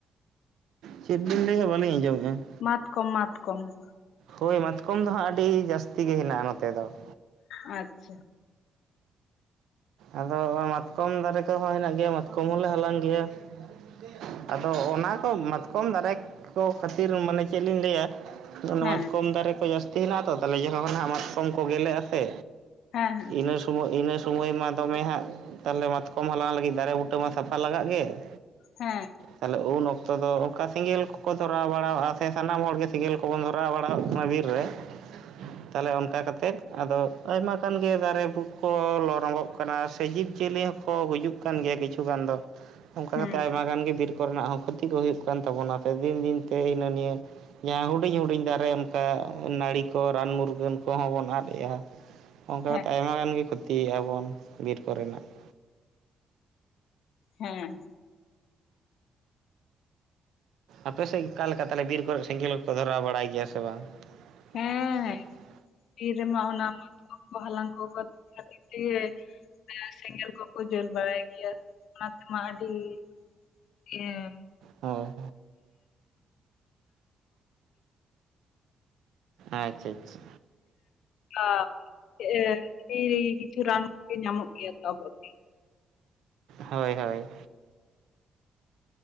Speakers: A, on the right (about 85°); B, on the left (about 75°).
A: ᱪᱮᱫ ᱵᱤᱱ ᱞᱟᱹᱭᱮᱫᱟ ᱵᱟᱹᱞᱤᱧ ᱟᱡᱚᱢᱮᱫᱼᱟ ᱾
B: ᱢᱟᱛᱠᱚᱢ ᱢᱟᱛᱠᱚᱢ ᱾
A: ᱦᱳᱭ ᱢᱟᱛᱠᱚᱢ ᱫᱚ ᱦᱟᱸᱜ ᱟᱹᱰᱤ ᱡᱟᱹᱥᱛᱤ ᱜᱮ ᱦᱮᱱᱟᱜᱼᱟ ᱱᱚᱛᱮ ᱫᱚ ᱾
B: ᱟᱪᱪᱷᱟ ᱾
A: ᱟᱫᱚ ᱢᱟᱛᱠᱚᱢ ᱫᱟᱨᱮ ᱠᱚᱦᱚᱸ ᱦᱮᱱᱟᱜ ᱜᱮᱭᱟ, ᱢᱟᱛᱠᱚᱢ ᱦᱚᱸᱞᱮ ᱦᱟᱞᱟᱝ ᱜᱮᱭᱟ ᱾ ᱟᱫᱚ ᱚᱱᱟ ᱠᱚ ᱢᱟᱛᱠᱚᱢ ᱫᱟᱨᱮ ᱠᱚ ᱠᱷᱟᱹᱛᱤᱨ ᱢᱟᱱᱮ ᱪᱮᱫ ᱞᱤᱧ ᱞᱟᱹᱭᱟ
B: ᱦᱮᱸ
A: ᱢᱟᱛᱠᱚᱢ ᱫᱟᱨᱮ ᱠᱚ ᱡᱟᱹᱥᱛᱤ ᱦᱮᱱᱟᱜᱼᱟ ᱛᱚ, ᱛᱟᱦᱚᱞᱮ ᱡᱚᱠᱷᱚᱱ ᱦᱟᱜ ᱢᱟᱛᱠᱚᱢ ᱠᱚ ᱜᱮᱞᱮᱜᱼᱟ ᱥᱮ
B: ᱦᱮᱸ
A: ᱤᱱᱟᱹ ᱥᱚᱢᱚᱭ ᱤᱱᱟᱹ ᱥᱚᱢᱚᱭ ᱢᱟ ᱫᱚᱢᱮ ᱦᱟᱸᱜ ᱛᱟᱦᱚᱞᱮ ᱢᱟᱛᱠᱚᱢ ᱦᱟᱞᱟᱝ ᱞᱟᱹᱜᱤᱫ ᱫᱟᱨᱮ ᱵᱩᱴᱟᱹ ᱢᱟ ᱥᱟᱯᱷᱟ ᱞᱟᱜᱟᱜ ᱜᱮ ᱾
B: ᱦᱮᱸ ᱾
A: ᱛᱟᱦᱚᱞᱮ ᱩᱱ ᱚᱠᱛᱚ ᱫᱚ ᱚᱱᱠᱟ ᱥᱮᱸᱜᱮᱞ ᱠᱚᱠᱚ ᱫᱷᱚᱨᱟᱣ ᱵᱟᱲᱟᱣᱟᱜᱼᱟ ᱥᱮ ᱥᱟᱱᱟᱢ ᱦᱚᱲ ᱜᱮ ᱥᱮᱸᱜᱮᱞ ᱠᱚᱵᱚᱱ ᱫᱷᱚᱨᱟᱣ ᱵᱟᱲᱟᱣᱟᱜ ᱠᱟᱱᱟ ᱵᱤᱨ ᱨᱮ ᱾ ᱛᱟᱦᱚᱞᱮ ᱚᱱᱠᱟ ᱠᱟᱛᱮᱫ ᱟᱫᱚ ᱟᱭᱢᱟ ᱜᱟᱱ ᱜᱮ ᱫᱟᱨᱮ ᱠᱚ ᱞᱚ ᱨᱚᱸᱜᱚᱜ ᱠᱟᱱᱟ ᱥᱮ ᱡᱤᱵᱽ ᱡᱤᱭᱟᱹᱞᱤ ᱦᱚᱸᱠᱚ ᱜᱩᱡᱩᱜ ᱠᱟᱱ ᱜᱮᱭᱟ ᱠᱤᱪᱷᱩ ᱜᱟᱱ ᱫᱚ, ᱚᱱᱠᱟ
B: ᱦᱮᱸ
A: ᱠᱟᱛᱮ ᱟᱭᱢᱟ ᱜᱟᱱ ᱜᱮ ᱵᱤᱨ ᱠᱚ ᱨᱮᱱᱟᱜ ᱦᱚᱸ ᱠᱷᱚᱛᱤ ᱠᱚ ᱦᱩᱭᱩᱜ ᱠᱟᱱ ᱛᱟᱵᱚᱱᱟ ᱛᱚ ᱫᱤᱱ ᱫᱤᱱᱛᱮ ᱦᱤᱱᱟᱹ ᱱᱤᱭᱟᱹ ᱡᱟᱦᱟᱸ ᱦᱩᱰᱤᱧ ᱦᱩᱰᱤᱧ ᱫᱟᱨᱮ ᱚᱱᱠᱟ ᱱᱟᱹᱲᱤ ᱠᱚ ᱨᱟᱱ ᱢᱩᱨᱜᱟᱹᱱ ᱠᱚᱦᱚᱸ ᱵᱚᱱ ᱟᱫᱮᱜᱼᱟ᱾ ᱚᱱᱠᱟ
B: ᱦᱮᱸ
A: ᱠᱟᱛᱮᱫ ᱟᱭᱢᱟ ᱜᱟᱱ ᱜᱮ ᱠᱷᱚᱛᱤᱭᱮᱫᱼᱟ ᱵᱚᱱ ᱵᱤᱨ ᱠᱚ ᱨᱮᱱᱟᱜ ᱾
B: ᱦᱮᱸ ᱾
A: ᱟᱯᱮ ᱥᱮᱫ ᱚᱠᱟ ᱞᱮᱠᱟ ᱛᱟᱦᱚᱞᱮ ᱵᱤᱨ ᱠᱚᱨᱮ ᱥᱮᱸᱜᱮᱞ ᱠᱚᱠᱚ ᱫᱷᱚᱨᱟᱣ ᱵᱟᱲᱟᱭ ᱜᱮᱭᱟ ᱥᱮ ᱵᱟᱝ? <inaudible>
B: ᱦᱮᱸ ᱦᱮᱸ ᱵᱤᱨ ᱨᱮ ᱢᱟ ᱚᱱᱟ ᱢᱟᱛᱠᱚᱢ ᱠᱚ ᱦᱟᱞᱟᱝ ᱠᱚ ᱞᱟᱹᱜᱤᱫ ᱛᱮ ᱦᱮᱸ ᱥᱮᱸᱜᱮᱞ ᱠᱚᱠᱚ ᱡᱳᱞ ᱵᱟᱲᱟᱭ ᱜᱮᱭᱟ ᱚᱱᱟ ᱛᱮᱢᱟ ᱟᱹᱰᱤ <unintelligible>
A: ᱦᱳᱭ ᱦᱳᱭ᱾ ᱟᱪᱪᱷᱟ ᱟᱪᱪᱷᱟ᱾
B: <unintelligible> ᱠᱤᱪᱷᱩ ᱨᱟᱱ ᱠᱚᱜᱮ ᱧᱟᱢᱚᱜ ᱜᱮᱭᱟ ᱛᱟᱵᱚᱱ ᱾
A: ᱦᱳᱭ ᱦᱳᱭ᱾